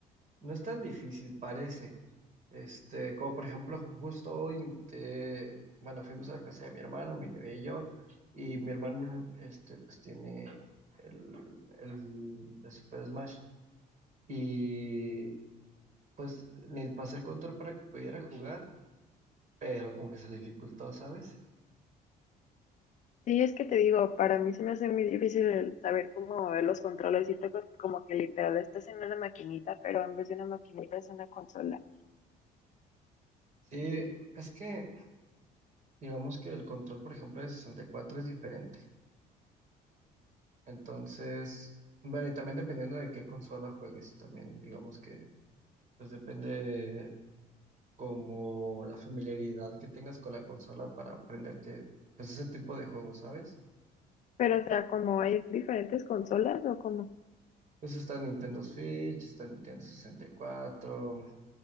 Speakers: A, on the right; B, on the left.
A: no es tan difícil, parece. Este, como por ejemplo, justo hoy, te- bueno, fuimos a la casa de mi hermano, mi novia y yo, y mi hermano, este, pues tiene el, el, el Super Smash, y pues le pasé el control para que pudiera jugar, pero como que se le dificultó, ¿sabes?
B: Sí, es que te digo, para mí se me hace muy difícil el saber cómo mover los controles. Siento que como que literal estás en una maquinita, pero en vez de una maquinita es una consola.
A: Sí, es que, digamos que el control, por ejemplo, de 64 es diferente, entonces, bueno, y también dependiendo de qué consola juegues, también, digamos que, pues depende como la familiaridad que tengas con la consola para aprender que, pues ese tipo de juegos, ¿sabes?
B: Pero o sea, como hay diferentes consolas o como...
A: Pues está Nintendo Switch, está Nintendo 64,